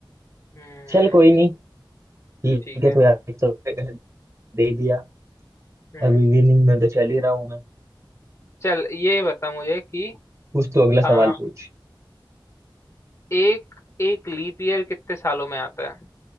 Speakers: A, on the left (about 35°); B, on the right (about 35°).
A: हम्म
B: चल कोई नहीं ठीक
A: ठीक
B: है
A: है
B: तो यार एक तो मैंने गलत दे दिया
A: हम्म
B: अभी विनिंग में तो चल ही रहा हूँ मैं
A: चल ये बता मुझे कि
B: पूछ तो अगला
A: आ,
B: सवाल पूछ
A: एक एक लीप ईयर कितने सालों में आता है